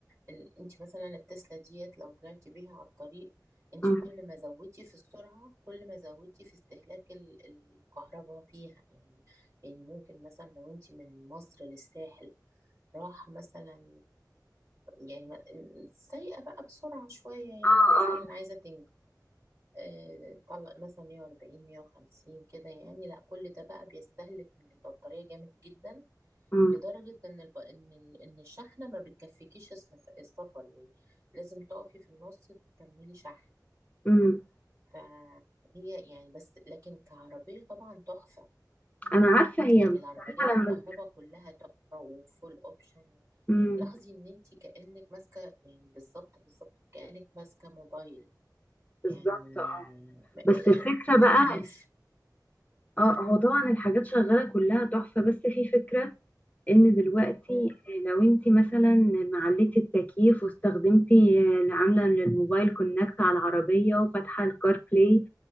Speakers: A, on the right; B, on the left.
A: ال... انت مثلا التسلا ديت لو طلعتي بيها على الطريق انت
B: مم.
A: كل ما زودتي في السرعه كل ما زودتي في استهلاك ال... الكهرباء فيها يعني يعني ممكن مثلا لو انت من مصر للساحل راح مثلا يعني ما- سايقه بقى بسرعه شويه
B: اه
A: يعني مثلا
B: اه
A: عايزه تنجز آه، طلق مثلا 140 150 كده يعني لا كل ده بقى بيستهلك من البطاريه جامد جدا
B: مم.
A: لدرجة إن الب... إن ال... إن الشحنة ما بتكفيكيش السف... السفر يعني لازم تقفي في النص تكملي شحن
B: مم.
A: فهي يعني بس لكن كعربية طبعا تحفة
B: انا عارفة هي
A: يعني
B: بصراحة
A: العربيات الكهرباء
B: لما
A: كلها تحفة وفول أوبشن و...
B: مم.
A: لاحظي إن أنت كأنك ماسكة يعني بالظبط بالظبط كأنك ماسكة موبايل يعني
B: بالظبط اه
A: م-
B: بس الفكرة بقى
A: تكييف
B: اه هو طبعا الحاجات شغالة كلها تحفة بس في فكرة ان دلوقتي
A: مم.
B: لو انت مثلا معلتي التكييف واستخدمتي اللي عاملة للموبايل كونكت على العربية وفاتحة الكار بلاي